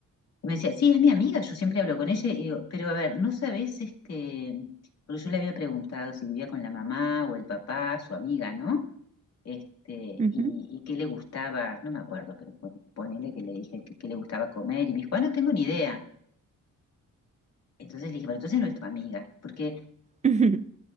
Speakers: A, on the left (about 50°); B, on the right (about 20°).
A: me decía, sí, es mi amiga, yo siempre hablo con ella y digo, pero a ver, ¿no sabes este? Porque yo le había preguntado si vivía con la mamá o el papá, su amiga, ¿no? Este,
B: Ujú.
A: y,
B: ujú,
A: y qué le gustaba, no me acuerdo, pero pon- ponele que le dije que, qué le gustaba comer y me dijo, ah, no tengo ni idea. Entonces le dije, bueno, entonces no es tu amiga, porque
B: ujú.